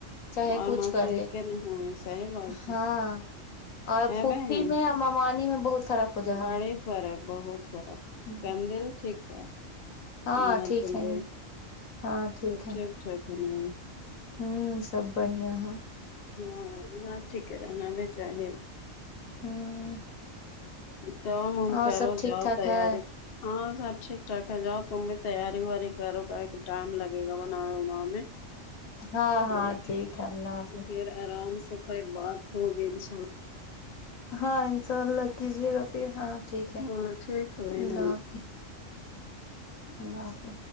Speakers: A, on the left (about 80°); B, on the left (about 55°).
A: چاہے
B: اور
A: کچھ
B: ماسی
A: کر
B: ایکے
A: لے
B: نہیں ہوئے صحیح بات
A: ہاں
B: ہے
A: اور
B: اے
A: پھوپھی
B: بہن
A: میں انی میں بہت فرق ہو جہا
B: بڑی فرق بہت فرق
A: ہوں
B: کندل ٹھیک ہے
A: ہاں
B: نان
A: ٹھیک
B: تمے
A: ہے ہاں
B: سب
A: ہے
B: ٹھیک ٹھاک ہے
A: ہوں سب بڑھیا ہ
B: ہاں بس ٹھیک ہے رہ ہم میں چاہیے
A: ہوں
B: تومم
A: اور
B: کرو
A: سب ٹھیک
B: جاؤ
A: ٹھاک
B: تیاری
A: ہے
B: ہاں سب ٹھیک ٹھاک ہے جاؤ تم بھی تیاری ویاری کرو کہے کہ ٹائم لگے گا بناے بناان میں
A: ہاں
B: پھر
A: ہاں ٹھیک ہے اللہ حافظ
B: پھر آرام سے خیر بات ہوگی ان شاء اللہ
A: ہاں انشاء اللہ کیجیے گا پھر ہاں ٹھیک ہے
B: ہاں ٹھیک ہے بہن
A: اللہ حافظ اللہ اوفے